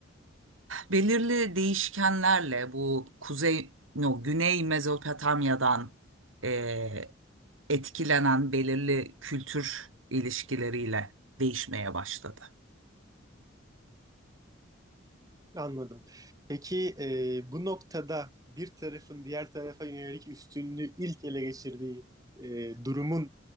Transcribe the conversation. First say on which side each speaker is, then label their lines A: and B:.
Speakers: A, on the right (about 85°); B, on the right (about 20°).
A: belirli değişkenlerle bu kuzey, no, güney Mezopotamya'dan e, etkilenen belirli kültür ilişkileriyle değişmeye başladı.
B: Anladım. Peki e, bu noktada bir tarafın diğer tarafa yönelik üstünlüğü ilk ele geçirdiği e, durumun